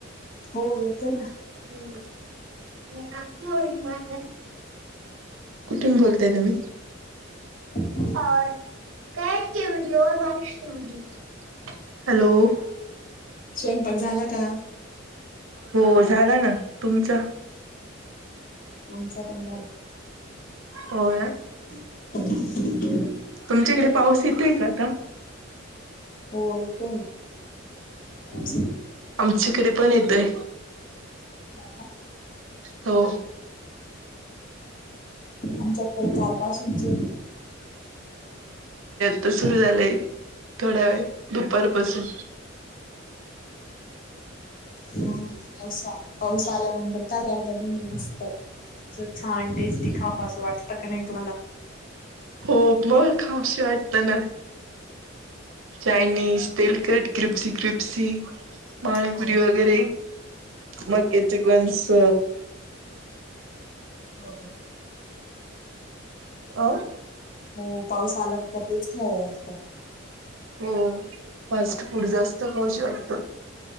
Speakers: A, on the left; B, on the right.
A: हो येत आहे ना.
B: हम्म अ माार कुठून बोलताय तुम्ही?
A: ह्.
B: हॅलो.
A: स्वयंपाक झाला का?
B: हो झाला ना तुमच?
A: आमच पण झालं.
B: हो.
A: <inaudible>
B: तुमच्याकडे पाऊस येतोय का आता
A: हो एक आहे ना पास
B: आमच्याकडे पण येतोय
A: हो का?
B: हो.
A: आमच्याकडे कालपासूनच येत.
B: तर सुरू झालंय थोड्या वेळ दुपारपसून
A: हो. पासा पाऊस आल्यानंतर काय करता तुम्ही मस्त छान टेस्टी खा. असं वाटत का नाही तुम्हाला?
B: हो मग खाऊशी वाटत ना. चायनीज तलकट क्रिप्स क्रिप्सी पाणीपुरी
A: हो
B: वगैरे मके चिकंस
A: हो हो.
B: अ.
A: हो पाऊस आलात तर तेच ख आता
B: हो फास्ट फूड जास्त खाच वाटतं.